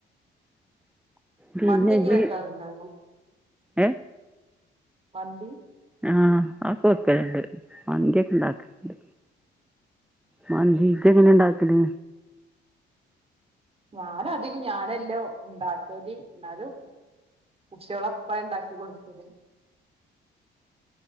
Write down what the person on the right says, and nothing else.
മന്തിക്ക്
വെക്കാറുണ്ടോ
മന്തി
ഞാനാ അധികം ഞാനെല്ലോ ഉണ്ടാക്കല് എന്നാലും കുട്ടിള്ളോ ഉപ്പാ ഉണ്ടാക്കി കൊടുക്കല്